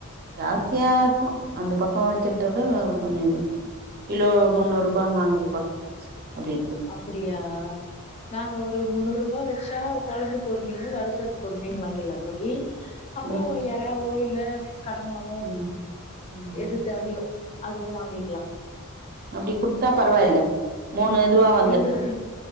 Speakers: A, on the right; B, on the left.
A: ஜாஸ்தியா இருக்கோ அந்த பக்கோ வச்சதோட விட கொஞ்சோ இது கிலோ
B: ஆ
A: முன்னூறு ரூபா நானூறு ரூபா அப்டி இருக்கு
B: அப்டியா நாங்க ஒரு முன்னூறு ரூபா வச்சா குழம்புக்கு ஒரு மீனு வறுக்கதுக்கு ஒரு மீனு வாங்கிலான் தோழி அப்பறோ
A: ம்
B: யறாவோ இல்ல கடமாவோ
A: ம் ம்
B: எது தேவையோ அதுவு வாங்கிக்கிலா
A: அப்டி குடுத்தா பரவாயில்ல மூணு இதுவா
B: ஆ
A: வந்துடுது
B: எங்களுக்கு